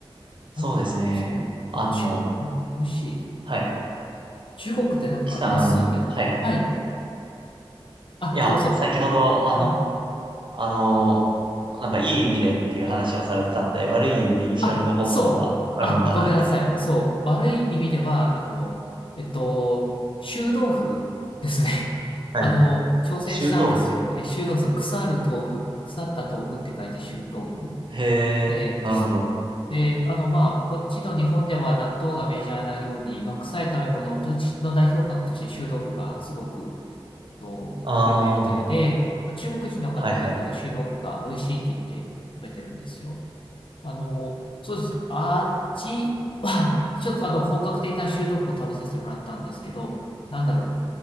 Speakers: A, on the left; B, on the right.
A: なんだろう、
B: そうですね。
A: そう。
B: あの、
A: なんか中、うん美味しい。
B: はい。
A: 中国ってなんか安いけど、
B: キさん、あのはいはい。
A: はい。あ、
B: いや、
A: どうぞ。
B: 先ほど、あの、
A: うん
B: あの、なんかいい意味でっていう話をされてたんで、悪い意味で印象に残ったのがあるのかな、
A: あ、そう。あ、ごめんなさい。
B: みたい
A: そう。悪い意味では、あの、えっと、臭豆腐ですね。<laughs>
B: な。
A: あの、
B: はい。
A: 挑戦したんですよ。
B: 臭豆腐。
A: え、臭豆腐、腐る豆腐、腐った豆腐って書いて臭豆腐。
B: へえ、
A: で、
B: なるほど。
A: で、あの、まあ、こっちの日本では納豆がメジャーなように、まあ、臭い食べ物とちの代表格として臭豆腐がすごく、えっと、
B: あ
A: 有名みたいで、
B: あ、は
A: まあ中国人の方でこの臭豆腐が美味しいって言って食べてるんですよ。
B: いはい。
A: あの、そうです。あっちは、ちょっとあの、本格的な臭豆腐を食べさせてもらったんですけど、なんだろう。